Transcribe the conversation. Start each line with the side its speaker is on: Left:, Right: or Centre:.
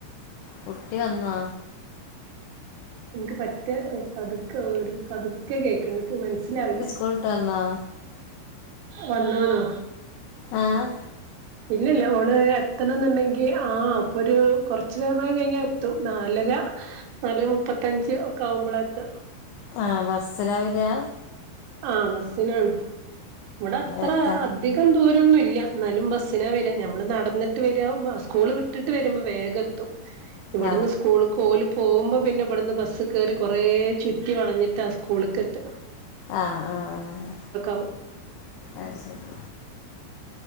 Left: കുട്ടി വന്നൊ
Right: ഇനിക്ക് പറ്റേ പതുക്കെ ഒരു പതുക്കെ കേക്ക എനിക്ക് മനസ്സിലാവില്ല
Left: സ്കൂള് ട്ടെന്നോ
Right: വന്നൊ ന്നോ
Left: ആഹ്
Right: ഇല്ലല്ല ഓള് എത്തണം ന്നുണ്ടെങ്കി ആ പ്പൊരു കൊറച്ചു സമയം കഴിഞ്ഞാ എത്തും നാലര നാലെ മുപ്പത്തഞ്ച് ഒക്കെ അവുമ്പള എത്ത
Left: ആഹ് ബസ്സിലാ വരാ
Right: ആഹ് ബസ്സിനാണ് ഇവിടെ അത്ര
Left: എത്ത
Right: അധി കം ദൂരന്നുല്ല ന്നാലും ബസ്സിനാ വര നമ്മൾ നടന്നിട്ട് വരാ സ്കൂൾ വിട്ടിട്ട് വരുമ്പോ വേഗം എത്തും ഇവിടുന്ന്
Left: ആ
Right: സ്കൂൾക്ക് ഓല് പോകുമ്പോ പിന്നെ ഇവിടുന്ന് ബസ്സ് കേറി കുറേ ചുറ്റി വളഞ്ഞിട്ടാ സ്കൂളിക്കെത്ത
Left: ആഹ് ആഹ് ആഹ്
Right: ആവും
Left: അത് ശരി